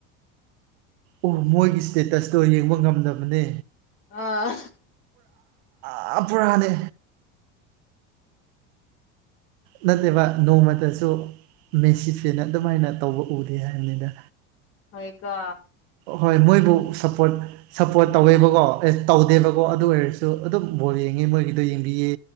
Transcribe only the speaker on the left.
ꯑꯥ
ꯍꯣꯏ ꯀꯣ